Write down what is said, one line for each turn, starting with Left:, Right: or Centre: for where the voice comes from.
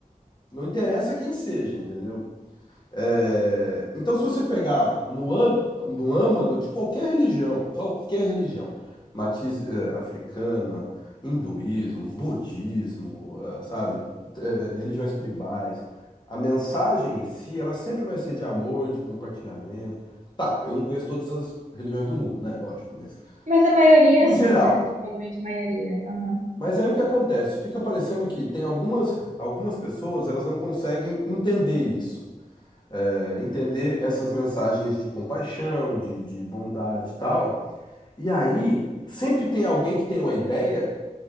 Left: Não interessa quem seja, entendeu? É, Então, se você pegar no, ân- no âmago de qualquer religião, qualquer religião, matiz eh, africana, hinduísmo, budismo, eh, sabe, eh, religiões tribais, a mensagem em si, ela sempre vai ser de amor, de compartilhamento. Tá, eu não conheço todas as religiões do mundo, né? Lógico, mas
Right: Mas a maioria,
Left: no
Right: é assim,
Left: geral.
Right: né? Tipo, a grande maioria. Aham.
Left: Mas aí o que acontece? Fica parecendo que tem algumas, algumas pessoas, elas não conseguem entender isso é, entender essas mensagens de compaixão, de, de bondade e tal. E aí, sempre tem alguém que tem uma ideia